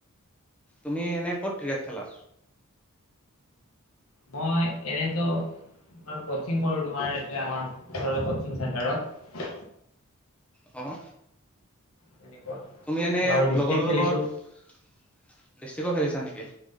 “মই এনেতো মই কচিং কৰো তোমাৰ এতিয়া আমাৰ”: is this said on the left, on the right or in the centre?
Left